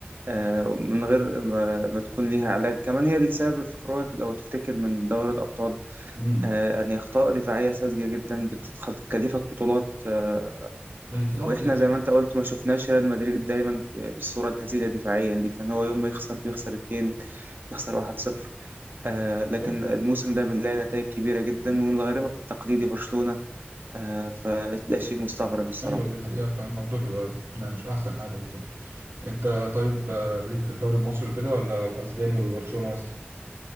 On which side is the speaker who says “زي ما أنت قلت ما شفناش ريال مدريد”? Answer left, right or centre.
Right